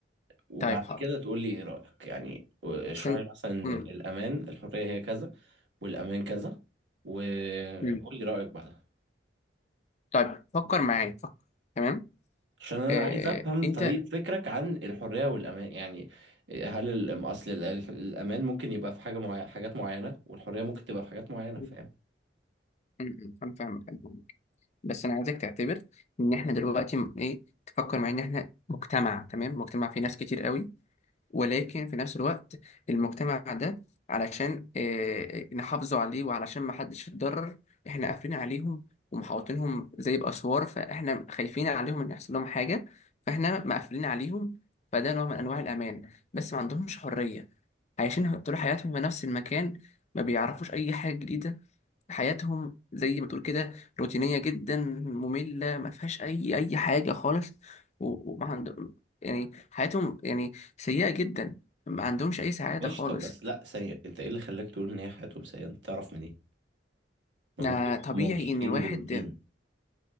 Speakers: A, on the right (about 85°); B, on the left (about 40°).
A: وبعد
B: طيب حاضر
A: كده تقول لي ايه رأيك يعني اشرح
B: بس أنت-
A: لي مثلا إن
B: مم.
A: الامان الحرية هي كذا والامان كذا وقول
B: مم.
A: لي رأيك بعدها
B: طيب فكر معايا فكر تمام
A: عشان انا
B: آه،
A: عايز افهم
B: أنت
A: طريقة فكرك عن الحرية والامان يعني هل ال- اصل ال- ال- الامان ممكن يبقى في حاجة معينة حاجات معينة والحرية ممكن تبقى في حاجات معينة
B: مم.
A: فاهم
B: مم. أنا فاهمك بس انا عايزك تعتبر ان احنا دلوقتي م- ايه تفكر معايا ان احنا مجتمع تمام مجتمع فيه ناس كتير قوي ولكن في نفس الوقت المجتمع ده علشان إيه نحافظوا عليه وعلشان ما حدش يتضرر احنا قافلين عليهم ومحوطينهم زي باسوار فاحنا خايفين عليهم ان يحصل لهم حاجه فاحنا مقفلين عليهم فده نوع من انواع الامان بس ما عندهمش حريه عايشين طول حياتهم في نفس المكان ما بيعرفوش اي حاجه جديده حياتهم زي ما تقول كده روتينية جدا مملة ما فيهاش أي أي حاجة خالص و- وما عندهم يعني حياتهم يعني سيئة جدا ما عندهمش أي سعادة
A: ماشي
B: خالص
A: طب بس لا ثانية انت ايه اللي خلاك تقول ان هي حياتهم سيئة انت تعرف منين ما
B: يعني
A: ممكن يبقوا
B: طبيعي
A: هما مبسوطين
B: إن الواحد
A: بالروتين